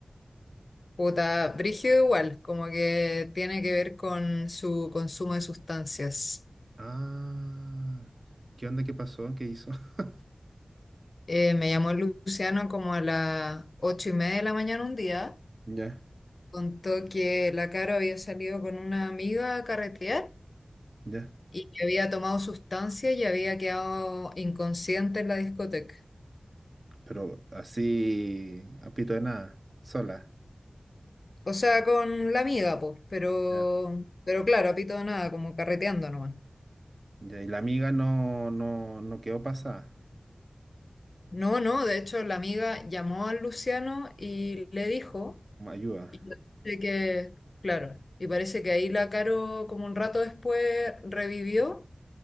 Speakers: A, on the left; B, on the right.
A: Puta, brígido igual, como que tiene que ver con su consumo de sustancias.
B: Ah, ¿qué onda? ¿Qué pasó? ¿Qué hizo? <laughs>
A: Eh, me llamó el Luciano como a las ocho y media de la mañana un día.
B: Ya,
A: Contó que la Caro había salido con una amiga a carretear
B: ya.
A: y que había tomado sustancias y había quedado inconsciente en la discoteca.
B: Pero así, a pito de nada, sola.
A: O sea, con la amiga, pues, pero,
B: Ya,
A: pero claro, a pito de nada, como carreteando nomás.
B: ya. Y la amiga no, no, no quedó pasada.
A: No, no, de hecho, la amiga llamó al Luciano y le dijo,
B: Como Ayuda.
A: y parece que, claro, y parece que ahí la Caro, como un rato después, revivió